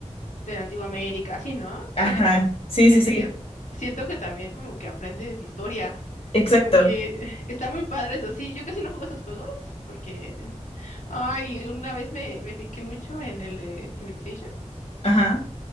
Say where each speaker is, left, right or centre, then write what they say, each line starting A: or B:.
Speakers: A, on the left; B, on the left.
A: de la antigua América, así, ¿no?
B: Ajá,
A: Son esos.
B: sí,
A: Entonces,
B: sí, sí,
A: siento que también como que aprendes historia.
B: exacto.
A: Como que <laughs> está muy padre eso, sí. Yo casi no juego esos juegos porque, ay, una vez me, me piqué mucho en el de Civilization.
B: Ajá.